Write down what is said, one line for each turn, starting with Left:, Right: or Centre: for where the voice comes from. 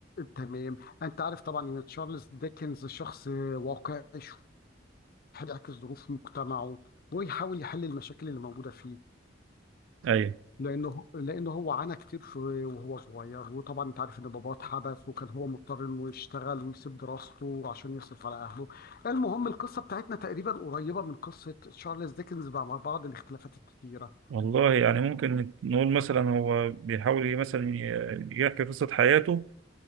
Left: تمام انت عارف طبعا ان تشارلز ديكنز شخص واقعي شوية، بيعكس ظروف مجتمعه ويحاول يحل المشاكل اللي موجوده فيه
Right: ايوه
Left: لانه لانه هو عانى كتير في وهو صغير وطبعا انت عارف ان باباه اتحبس وكان هو مضطر انه يشتغل ويسيب دراسته عشان يصرف على اهله المهم القصه بتاعتنا تقريبا قريبه من قصه تشارلز ديكنز مع بعض الاختلافات الكتيره
Right: والله يعني ممكن نقول مثلا هو بيحاول مثلا ي- يحكي قصة حياته